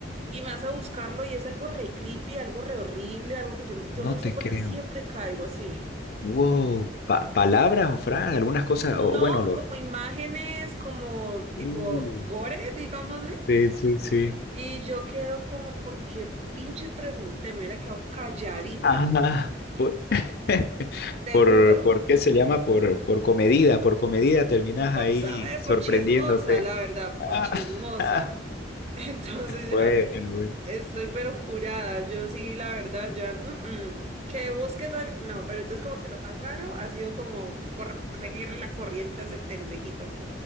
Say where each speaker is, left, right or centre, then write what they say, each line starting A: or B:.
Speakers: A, on the right; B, on the left.
A: Y me vas a buscarlo y es algo re creepy, algo re horrible, algo que yo, yo
B: No
A: no
B: te
A: sé por
B: creo.
A: qué siempre caigo, sí.
B: Wow, pa- palabras o frases, algunas cosas,
A: No,
B: o bueno, lo...
A: como imágenes, como
B: Uy,
A: tipo gore, digámosle.
B: sí, sí, sí.
A: Y yo quedo como, porque pinche pregunté? Me hubiera quedado calladita,
B: Ajá. Por, <laughs>
A: te
B: por,
A: juro.
B: ¿por qué se llama? Por, por comedida, por comedida terminas
A: Por
B: ahí
A: saber,
B: sorprendiéndote.
A: por chismosa, la verdad,
B: Ah,
A: por chismosa.
B: <laughs>
A: <laughs> Entonces
B: bueno,
A: ya
B: bueno.
A: estoy pero curada. Yo sí, la verdad, ya... mm, mm, Que busques... al- No, pero entonces como que lo más raro ha sido como por seguir la corriente a ese pendejito. <laughs>